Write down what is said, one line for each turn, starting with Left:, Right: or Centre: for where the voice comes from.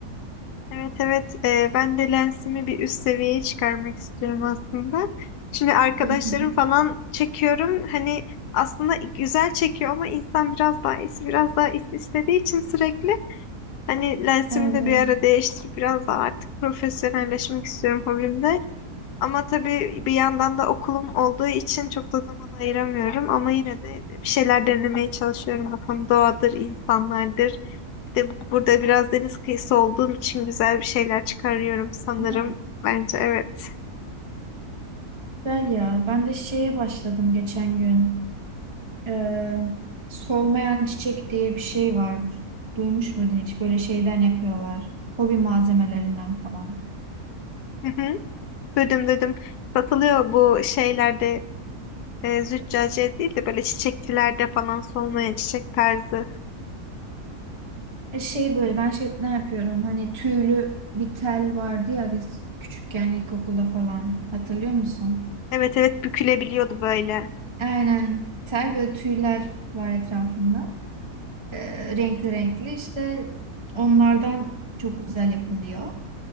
Left: Evet evet Ee, ben de lensimi bir üst seviyeye çıkarmak istiyorum aslında. Şimdi arkadaşlarım
Right: Hı hı.
Left: falan çekiyorum. Hani aslında güzel çekiyor ama insan biraz daha iyisi biraz daha iyisi istediği için sürekli hani lensimi
Right: Evet.
Left: de bir ara değiştirip biraz daha artık profesyonelleşmek istiyorum hobimde. Ama tabii bir yandan da okulum olduğu için çok da zaman ayıramıyorum ama yine de bir şeyler denemeye çalışıyorum. Bakalım doğadır, insanlardır. Bir de burada biraz deniz kıyısı olduğum için güzel bir şeyler çıkarıyorum sanırım.
Right: Değil mi?
Left: Bence evet.
Right: Güzel ya. Ben de şeye başladım geçen gün. Ee, solmayan çiçek diye bir şey var. Duymuş muydun hiç? Böyle şeyden yapıyorlar. Hobi malzemelerinden falan.
Left: Hı hı. Duydum duydum. Satılıyor bu şeylerde e, züccaciye değil de böyle çiçekçilerde falan solmayan çiçek tarzı.
Right: E, Şey böyle ben şeyden yapıyorum. Hani tüylü bir tel vardı ya biz küçükken ilkokulda falan. Hatırlıyor musun?
Left: Evet evet bükülebiliyordu böyle.
Right: Aynen. Tel böyle tüyler var etrafında. E, renkli renkli işte onlardan çok güzel yapılıyor.